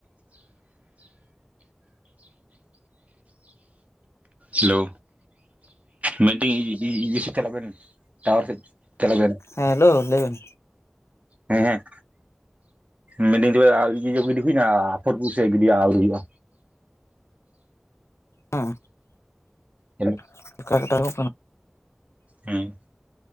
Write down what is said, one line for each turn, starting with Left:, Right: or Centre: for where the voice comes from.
Right: ᱦᱮᱞᱳ, ᱢᱮᱱ ᱫᱟᱹᱧ ᱤ ᱤ ᱤᱭᱟᱹ ᱥᱮᱫ ᱪᱟᱞᱟᱜ ᱵᱮᱱ᱾ ᱴᱟᱣᱟᱨ ᱥᱮᱫ ᱪᱟᱞᱟᱜ ᱵᱮᱱ᱾
Left: ᱦᱮᱸ ᱦᱮᱞᱳ ᱞᱟᱹᱭ ᱵᱮᱱ᱾
Right: ᱦᱮᱸ ᱦᱮᱸ ᱢᱮᱱ ᱫᱟᱹᱧ ᱛᱚᱵᱮ ᱤᱭᱟᱹ ᱠᱚ ᱜᱤᱰᱤ ᱦᱩᱭᱱᱟ ᱟᱯᱷᱚᱨ ᱠᱚ ᱥᱮ ᱜᱤᱰᱤ ᱟᱹᱣᱨᱤ ᱦᱩᱭᱩᱜᱼᱟ?
Left: ᱦᱮᱸ᱾
Right: ᱦᱮᱞᱳ᱾
Left: <unintelligible>
Right: ᱦᱮᱸ,